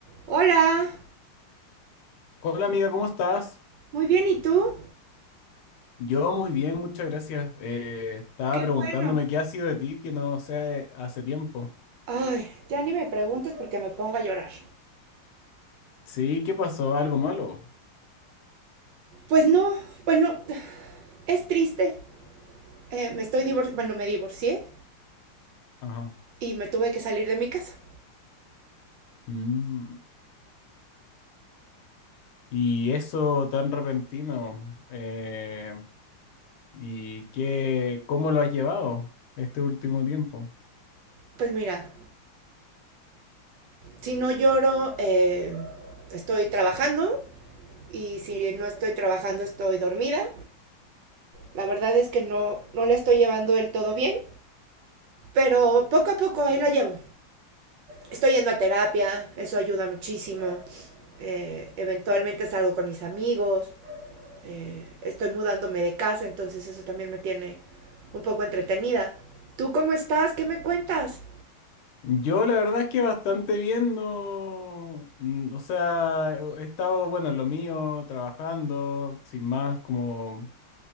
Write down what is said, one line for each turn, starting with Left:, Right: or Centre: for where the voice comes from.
Right: Hola,
Left: Hola amiga, ¿cómo estás?
Right: muy bien, ¿y tú?
Left: Yo muy bien, muchas gracias. Eh, estaba
Right: Qué
Left: preguntándome
Right: bueno.
Left: qué ha sido de ti, que no sé, hace tiempo.
Right: Ay, ya ni me preguntes porque me pongo a llorar.
Left: Sí, ¿qué pasó? ¿Algo malo?
Right: Pues no, bueno, es triste. Eh, me estoy divor- bueno, me divorcié
Left: Ajá.
Right: y me tuve que salir de mi casa.
Left: Mm, Y eso tan repentino. eh, ¿y qué, cómo lo has llevado este último tiempo?
Right: Pues mira, si no lloro, eh, estoy trabajando y si no estoy trabajando, estoy dormida. La verdad es que no, no la estoy llevando del todo bien, pero poco a poco ahí la llevo. estoy yendo a terapia, eso ayuda muchísimo. Eh, eventualmente salgo con mis amigos, eh, estoy mudándome de casa, entonces eso también me tiene un poco entretenida. ¿Tú cómo estás? ¿Qué me cuentas?
Left: Yo la verdad es que bastante bien, no, mm, o sea, he estado, bueno, en lo mío, trabajando, sin más, como